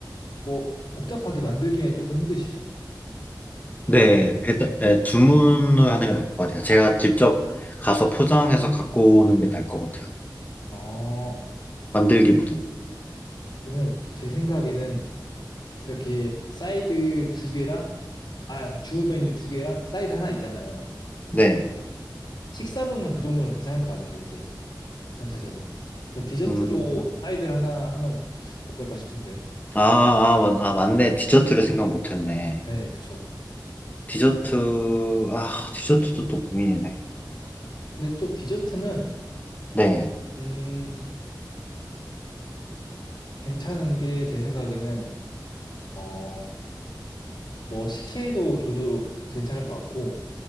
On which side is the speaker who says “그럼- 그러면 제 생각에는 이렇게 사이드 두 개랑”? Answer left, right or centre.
Left